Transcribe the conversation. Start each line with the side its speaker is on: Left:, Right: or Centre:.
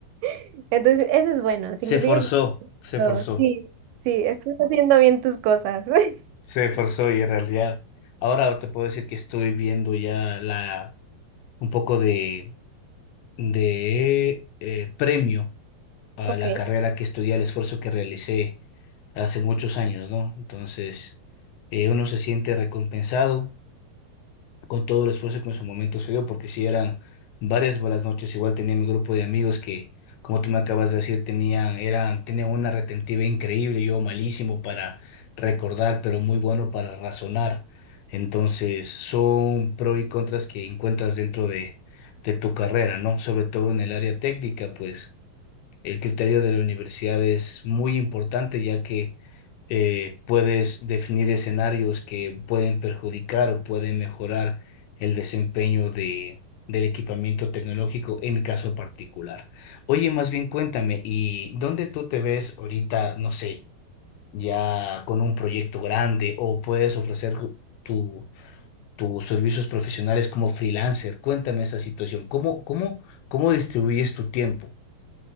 Right: <laughs> entonces, eso es bueno, significa
Left: Se forzó,
Right: que
Left: se
Right: no,
Left: forzó,
Right: sí, sí, estás haciendo bien tus cosas. <laughs>
Left: se forzó y en realidad ahora te puedo decir que estoy viendo ya la un poco de, de eh, premio a
Right: Ok.
Left: la carrera que estudié, al esfuerzo que realicé hace muchos años, ¿no? Entonces, eh, uno se siente recompensado con todo el esfuerzo que en su momento se dio, porque si eran varias malas noches, igual tenía mi grupo de amigos que, como tú me acabas de decir, tenían, eran, tenían una retentiva increíble, yo malísimo para recordar, pero muy bueno para razonar. Entonces, son pros y contras que encuentras dentro de, de tu carrera, ¿no? Sobre todo en el área técnica, pues. El criterio de la universidad es muy importante ya que eh, puedes definir escenarios que pueden perjudicar o pueden mejorar el desempeño de, del equipamiento tecnológico en mi caso particular. Oye, más bien cuéntame, ¿y dónde tú te ves ahorita, no sé, ya con un proyecto grande o puedes ofrecer tu, tus servicios profesionales como freelancer? Cuéntame esa situación. ¿Cómo, cómo, cómo distribuyes tu tiempo?